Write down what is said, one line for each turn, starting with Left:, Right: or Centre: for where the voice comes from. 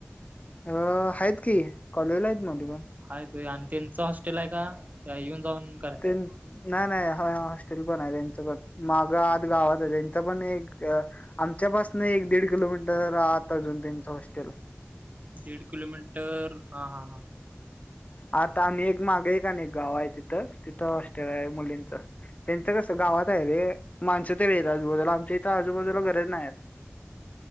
Left: अ हाइत की कॉलेजला आहेत म्हटलं.
Right: हायत व्हय आण त्यांच हॉस्टेल आहे का त्या येऊन. जाऊन करत्यात.
Left: ते नाही नाही. हॉस्टेल पण आहे. त्यांच पण माग आत गावात आहे. त्यांच पण एक आमच्यापासन एक एक दीड किलोमीटर आत अजून त्यांच हॉस्टेल हाय.
Right: दीड किलोमीटर हा हा हा.
Left: आता आम्ही एक माग एक आणी गाव आहे. तिथं तिथं हॉस्टेल आहे मुलींच. त्यांचं कसं गावात आहे रे माणसं तर आहेत. आजूबाजूला आमच्या इथं आजूबाजूला घरचं नाही.